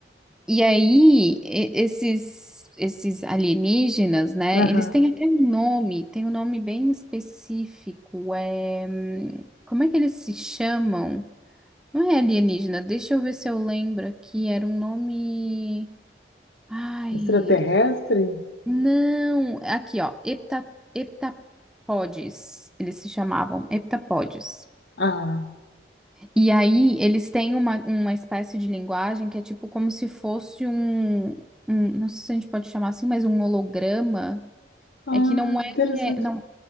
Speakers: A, in the centre; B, on the left.
A: E aí, e- esses, esses alienígenas, né?
B: Aham.
A: Eles têm até um nome, tem um nome bem específico. É... hum, Como é que eles se chamam? Não é alienígena, deixa eu ver se eu lembro aqui. Era um nome. Ai,
B: Extraterrestre?
A: não! Aqui, ó, hepta... heptapodes. Eles se chamavam heptapodes.
B: Ah.
A: E aí, eles têm uma, uma espécie de linguagem que é tipo como se fosse um, um- não sei se a gente pode chamar assim, mas um holograma.
B: Ah,
A: É que não é,
B: que interessante.
A: não,